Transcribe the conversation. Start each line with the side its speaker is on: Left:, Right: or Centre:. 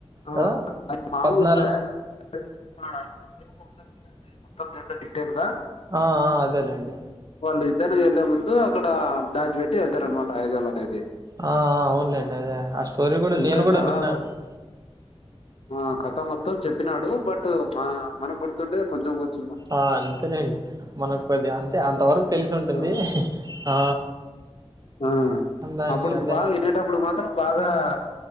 Left: ఆ
Right: కదా
Left: అ మామలుగా
Right: పద్నాలు
Left: అదేమో ఉండదు కదండి మొత్తం తింట డీటెయిల్ గా
Right: ఆ అదేలే అండి
Left: వాళ్ళు ఇద్దరిని వెళ్ళలే ముందు అక్కడ దాచి పెట్టి వెళ్తారు అనమాట ఆయుదాలు అనేది
Right: ఆ అవునులేండి అదే ఆ స్టోరీ కూడా
Left: ఇంకా
Right: నేను కూడా
Left: చాలా
Right: విన్నా అండి
Left: ఆ కథ మొత్తం చెప్పినాడు బట్ మనకు గుర్తుండేది కొంచెం కొంచెం మాత్రం
Right: ఆ అంతేలెండి మనకుకొద్దిగా అంతే అంతవరకు తెలిసు ఉంటుంది
Left: ఆ
Right: ఆ
Left: ఆ
Right: దాన్ని
Left: అప్పుడుకి
Right: అదే
Left: బాగా వినేటప్పుడు మాత్రం బాగా ఆ